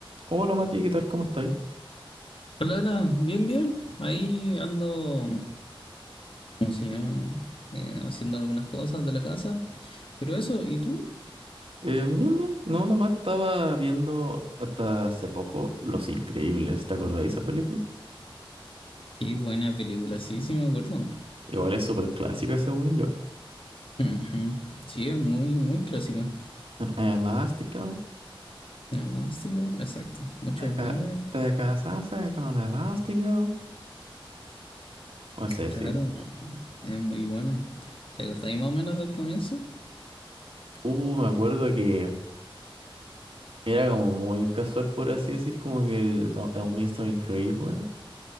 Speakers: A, on the right (about 80°); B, on the left (about 70°).
A: Hola Mati, ¿qué tal? ¿Cómo estáis?
B: Hola, hola, bien, bien. Ahí ando, ¿cómo se llama? Eh, haciendo algunas cosas de la casa. Pero eso, ¿y tú?
A: Eh, bien, bien. No, nomás estaba viendo hasta hace poco Los Increíbles. ¿Te acordáis de esa película?
B: Qué buena película, sí, sí me acuerdo.
A: Igual es súper clásica según yo.
B: Ujú. Sí, es muy, muy clásica.
A: Eh, Elastigirl.
B: Elástico, exacto. Muchos
A: Te, ca-
B: memes,
A: te casaste con Elastigirl. No sé,
B: claro,
A: sí.
B: no, es muy buena. ¿Te acordáis más o menos del comienzo?
A: Uh, me acuerdo que era como muy casual, por así decir, como que el, el, el Mr. Increíble.